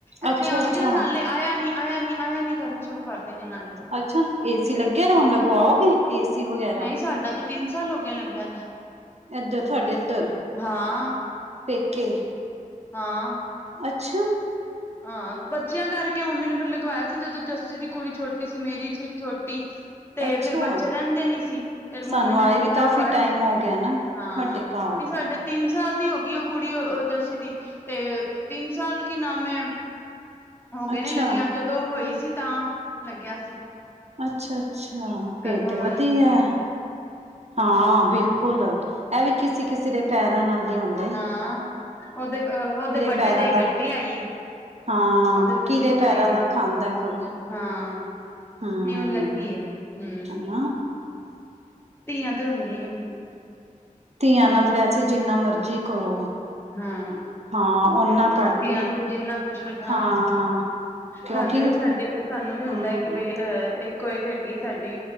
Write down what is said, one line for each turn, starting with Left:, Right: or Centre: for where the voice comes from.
Left: ਇੱਥੇ
Right: ਅੱਛਾ
Left: ਆਉਣਗੇ
Right: ਅੱਛਾ
Left: ਨਾਲੇ, ਆਇਆ ਨੀ, ਆਇਆ ਨੀ, ਆਇਆ ਨੀ ਕਰਨੇ ਸ਼ੁਰੂ ਕਰ ਦੇਗੇ ਨਾਲੇ।
Right: ਅੱਛਾ! ਏ ਸੀ ਲੱਗਿਆ ਤਾਂ ਹੁਣ ਲਗਵਾਓਗੇ। ਏ ਸੀ ਵਗੈਰਾ
Left: ਨਹੀ ਸਾਡਾ ਤਾਂ ਤਿੰਨ ਸਾਲ ਹੋ ਗਿਆ ਲੱਗਿਆ ਦਾ।
Right: ਏਧਰ, ਤੁਹਾਡੇ ਇੱਧਰ,
Left: ਹਾਂ
Right: ਪੇਕੇ।
Left: ਹਾਂ।
Right: ਅੱਛਾ।
Left: ਹਾਂ। ਬੱਚਿਆਂ ਕਰਕੇ ਮੰਮੀ ਨੇ ਪੱਲੇ ਗਵਾਇਆ ਸੀ। ਜਦੋਂ ਜੱਸੀ ਦੀ ਕੁੜੀ ਛੋਟੀ ਸੀ। ਮੇਰੀ ਸੀ ਛੋਟੀ ਤੇ
Right: ਅੱਛਾ
Left: ਫੇਰ ਬੱਚੇ ਰਹਿੰਦੇ ਨੀ ਸੀ। ਫਿਰ
Right: ਸਾਨੂੰ
Left: ਮੰਮੀ ਨੇ
Right: ਆਏ ਵੀ
Left: ਲਗਵਾਇਆ
Right: ਕਾਫੀ ਟਾਈਮ
Left: ਸੀ।
Right: ਹੋ ਗਿਆ ਨਾ ਤੁਹਾਡੇ
Left: ਹਾਂ
Right: ਘਰ
Left: ਨਹੀਂ ਸਾਡੇ ਤਿੰਨ ਸਾਲ ਦੀ ਹੋ ਗਈ ਉਹ ਕੁੜੀ ਜਸੀ ਦੀ। ਤੇ ਤਿੰਨ ਸਾਲ ਕੀ ਨਾਮ ਹੈ? ਹੋ
Right: ਅੱਛਾ
Left: ਗਏ ਨੇ ਲੱਗਿਆ। ਜਦੋਂ ਹੋਈ ਸੀ ਤਾਂ ਲੱਗਿਆ ਸੀ।
Right: ਅੱਛਾ- ਅੱਛਾ!
Left: ਕਰਮਾਂ
Right: ਫੇਰ ਤੇ
Left: ਵਾਲੀ
Right: ਵਧੀਆ
Left: ਹੈਗੀ ਉਹ
Right: ਆ।
Left: ਤੇ
Right: ਹਾਂ। ਬਿਲਕੁਲ, ਇਹ ਵੀ ਕਿਸੇ-ਕਿਸੇ ਦੇ ਪੈਰਾਂ ਨਾਲ ਹੀ ਆਉਂਦਾ।
Left: ਹਾਂ। ਉਹਦੇ ਦੇ ਬਡੇ
Right: ਪੈਰਾਂ
Left: ਤੇ
Right: ਦਾ
Left: ਗੱਡੀ ਆਈ।
Right: ਹਾਂ
Left: ਉਹਦਾ ਜਨਮ
Right: ਕਿਹਦੇ
Left: ਦਿਨ
Right: ਪੈਰਾਂ
Left: ਤੇ ਗੱਡੀ
Right: ਦਾ ਖਾਂਦਾ ਕੋਈ
Left: ਹਾਂ।
Right: ਹੂੰ
Left: ਨਈ ੳ ਲੱਕੀ ਏ। ਹੂ
Right: ਹਨਾ
Left: ਧੀਆਂ ਤੇ ਹੁੰਦੀਆਂ ਹੀ ਨੇ।
Right: ਧੀਆਂ ਨਾਲ ਵੈਸੇ ਜਿੰਨਾ ਮਰਜ਼ੀ ਕਰੋ।
Left: ਹਾਂ
Right: ਹਾਂ। ਓਨਾ ਘੱਟ
Left: ਧੀਆਂ
Right: ਏ
Left: ਨੂੰ ਕੁਝ ਇੰਨਾ ਕੁਛ ਰੱਖਾਂ
Right: ਹਾਂ। ਕਿਉਂਕਿ
Left: ਸਾਨੂੰ ਵੀ ਸਾਡੇ ਸਾਨੂੰ
Right: ਹੂੰ-ਹੂੰ
Left: ਵੀ ਹੁੰਦਾ ਹੈ ਕਿ ਬਈ ਅਹ ਕੋਈ ਹੈਗੀ ਸਾਡੀ।